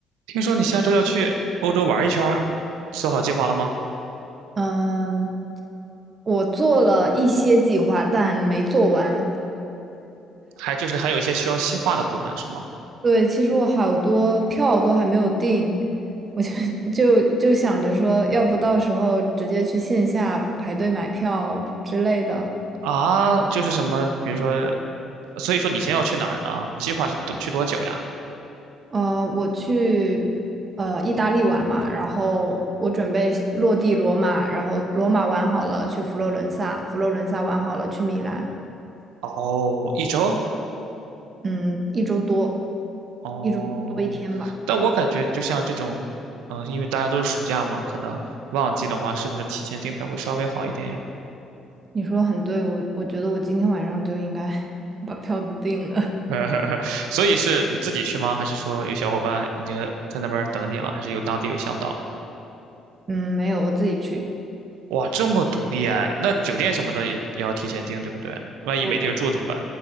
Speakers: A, on the right; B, on the right.
A: 听说你下周要去欧洲玩一圈儿，做好计划了吗？
B: 嗯，我做了一些计划，但没做完。
A: 还就是还有一些需要细化的部分是吗？
B: 对，其实我好多票都还没有订，我就 <laughs> 就就想着说，要不到时候直接去线下排队买票之类的。
A: 啊，就是什么，比如说，所以说你先要去哪儿呢？计划是多去多久呀？
B: 呃，我去呃意大利玩嘛，然后我准备落地罗马，然后罗马玩好了去佛罗伦萨，佛罗伦萨玩好了去米兰，
A: 哦，一周？
B: 嗯，一周多，
A: 哦，
B: 一周多一天吧。
A: 但我感觉就像这种，嗯、因为大家都是暑假嘛，可能旺季的话，是不是提前订票会稍微好一点？
B: 你说的很对，我我觉得我今天晚上就应该 <laughs> 把票都订了。
A: <laughs> 所以是你自己去吗？还是说有小伙伴已经在那边儿等你了？还是有当地有向导？
B: 嗯，没有，我自己去。
A: 哇，这么独立哎，那酒店什么的也也要提前订，对不对？万一没地儿住怎么办？
B: 我